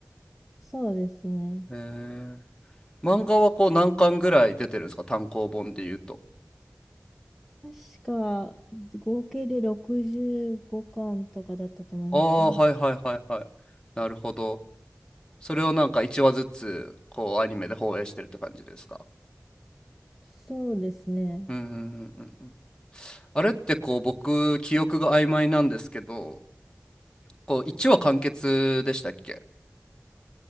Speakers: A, in the centre; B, on the left.
A: そうですね。
B: へえ。漫画はこう何巻ぐらい出てるんですか単行本で言うと。
A: 確か、合計で65巻とかだったと思いますね。
B: ああ、はいはいはいはい。なるほど。それをなんか1話ずつこうアニメで放映してるって感じですか。
A: そうですね。
B: うんうんうんうんうん。あれってこう僕記憶が曖昧なんですけど、こう1話完結でしたっけ